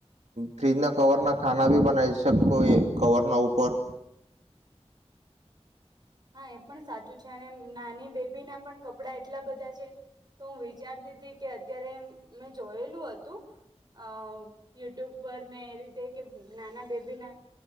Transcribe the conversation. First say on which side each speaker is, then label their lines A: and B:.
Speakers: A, on the right (about 85°); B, on the right (about 40°).
A: ફ્રીજ ના કવર ના ખાના ભી બનાય છે કોઈ કવર ના ઉપર
B: હા એ પણ સાચું છે અને નાની બેબી ના પણ કપડા એટલા બધા છે તો હું વિચારતી હતી કે અત્યારે મેં જોયેલું હતું અ યુટ્યુબ પર ને એ રીતે કે નાના બેબીના